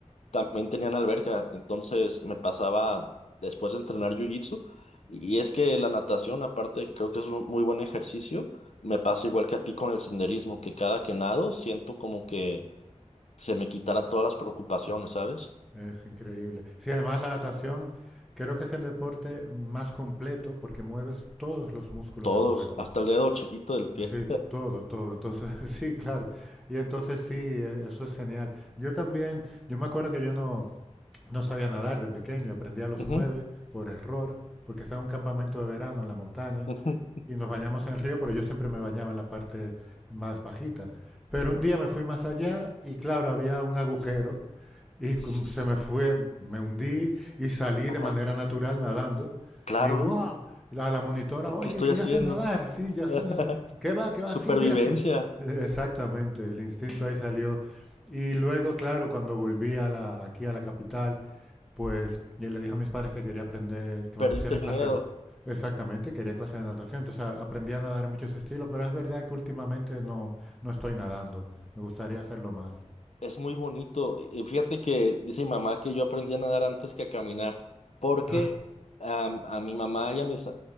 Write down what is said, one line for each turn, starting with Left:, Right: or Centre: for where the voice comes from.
Left: también tenían alberca. Entonces me pasaba después de entrenar jiu-jitsu. Y es que la natación, aparte de que creo que es un muy buen ejercicio, me pasa igual que a ti con el senderismo, que cada que nado siento como que se me quitara todas las preocupaciones, ¿sabes?
Centre: Es increíble. Sí, además la natación creo que es el deporte más completo porque mueves todos los músculos
Left: Todos,
Centre: del cuerpo.
Left: hasta el dedo chiquito del pie.
Centre: Sí, todo, todo. Entonces, <laughs> sí, claro. Y entonces sí, e- eso es genial. Yo también, yo me acuerdo que yo no, no sabía nadar de pequeño. Aprendí a los
Left: Ujú.
Centre: nueve por error, porque estaba en un campamento de verano en la montaña
Left: ujú.
Centre: y nos bañamos en el río, pero yo siempre me bañaba en la parte más bajita. Pero un día me fui más allá y claro, había un agujero y
Left: Ss,
Centre: cum- se me fue, me hundí y salí
Left: Ajá,
Centre: de manera natural nadando.
Left: claro.
Centre: Y wow, la, la monitora,
Left: ¿y
Centre: oye,
Left: ¿Qué estoy
Centre: que
Left: haciendo?
Centre: ya sé nadar, sí, ya
Left: <laughs>
Centre: sé nadar. ¿Qué va? ¿Qué va?
Left: Supervivencia.
Centre: Sí, mira que... Eh, Exactamente, el instinto ahí salió. Y luego, claro, cuando volví a la, aquí a la capital, pues yo le dije a mis padres que quería aprender, que
Left: Perdiste
Centre: me pusieran
Left: el
Centre: en clase.
Left: miedo.
Centre: Exactamente, quería clase de natación. Entonces a- aprendí a nadar en muchos estilos, pero es verdad que últimamente no, no estoy nadando. Me gustaría hacerlo más.
Left: Es muy bonito. Y fíjate que dice mi mamá que yo aprendí a nadar antes que a caminar, porque
Centre: Ah,
Left: am, a mi mamá y a mis, a-